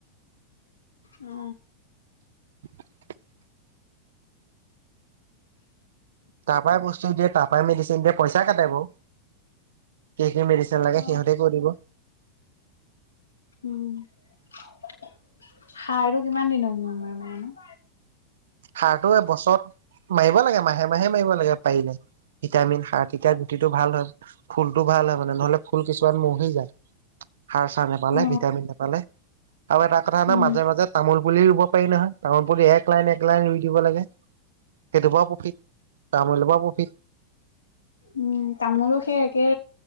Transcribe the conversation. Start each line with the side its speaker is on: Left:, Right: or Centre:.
Left: অ।
Right: <unintelligible> তাৰ পাই বস্তু দিয়ে, তাৰ পাই মেডিচিন দিয়ে পইচা কাটে বাও। কি কি মেডিচিন লাগে
Left: অ
Right: সিহঁতিয়ে কৈ দিব।
Left: উম। সাৰটো কিমান দিনৰ মুৰে মুৰে মাৰে?
Right: সাৰটো এবছৰত মাৰিব লাগে মাহে মাহে মাৰিব লাগে পাৰিলে ভিটামিন, সাৰ তেতিয়া গুটিটো ভাল হয়। ফুলটো ভাল হয় মানে নহ'লে ফুল কিছুমান মৰহি যায়। সাৰ-চাৰ নেপালে,
Left: অ
Right: ভিটামিন নেপালে আৰু এটা কথা নহয়
Left: উম।
Right: মাজে মাজে তামোল পুলি ৰুব পাৰি নহয়, তামোল পুলি এক লাইন এক ৰুই দিব লাগে, সেইটোৰ পৰাও প্ৰফিট, তামোলৰ পৰাও প্ৰফিট।
Left: উম তামোলো সেই একে